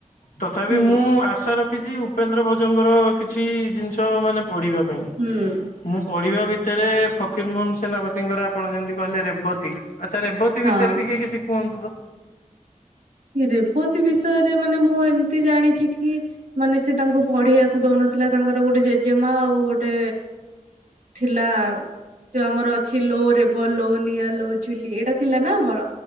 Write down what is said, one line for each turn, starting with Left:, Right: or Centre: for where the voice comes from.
Left: ତଥାବି
Right: ହୁଁ
Left: ମୁଁ ଆଶା ରଖିଛି ଉପେନ୍ଦ୍ର ଭଜଙ୍କର କିଛି ଜିନିଷ ମାନେ ପଢିବା ପାଇଁ।
Right: ହୁଁ
Left: ମୁଁ ପଢିବା ଭିତେରେ ଫକୀର ମୋହନ ସେନାପତିଙ୍କର ଆପଣ ଯେମିତି କହିଲେ ରେବତୀ ଆଚ୍ଛା ରେବ ରେବତୀ
Right: ହଁ
Left: ବିଷୟରେ ଟିକେ କିଛି କୁହନ୍ତୁ ତ।
Right: ରେବତୀ ବିଷୟରେ ମାନେ ମୁଁ ଏମତି ଜାଣିଚି କି ମାନେ ସେ ତାଙ୍କୁ ପଢେଇବାକୁ କୁ ଦଉନଥିଲା ତାଙ୍କର ଗୋଟେ ଜେଜେମା ଆଉ ଗୋଟେ ଥିଲା ଯୋଉ ଆମର ଅଛି ଲୋ ରେବ ଲୋ ନିଆ ଲୋ ଚୁଲି ଏଇଟା ଥିଲା ନା ଆମର